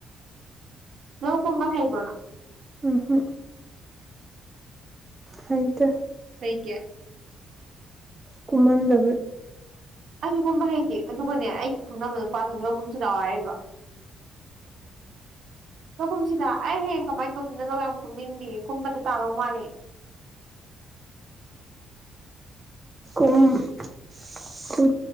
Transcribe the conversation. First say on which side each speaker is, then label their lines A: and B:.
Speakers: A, on the right; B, on the right.
A: ꯅꯪꯒꯨꯝꯕ ꯍꯩꯕ꯭ꯔꯣꯅꯣ
B: ꯎꯝ ꯍꯝ ꯍꯩꯇꯦ
A: ꯄꯩ ꯀꯦ
B: ꯀꯨꯝꯍꯟꯗꯕ
A: ꯑꯩꯁꯨꯒꯨꯝꯕ ꯍꯩꯇꯦ ꯑꯗꯨꯒꯅꯦ ꯑꯩꯒꯤ ꯈꯪꯅꯕ ꯅꯨꯄꯥꯗꯨ ꯂꯧꯒꯨꯝꯁꯨ ꯂꯥꯛꯑꯣ ꯍꯥꯏꯔꯤꯕ ꯂꯧꯈꯨꯝꯁꯤꯗ ꯑꯩ ꯍꯌꯦ ꯀꯃꯥꯏꯅ ꯇꯧꯗꯅ ꯂꯧ ꯌꯥꯝ ꯈꯨꯝꯅꯤꯡꯗꯦ ꯀꯨꯝꯕꯗ ꯇꯥꯂꯧ ꯃꯥꯜꯂꯦ
B: ꯎ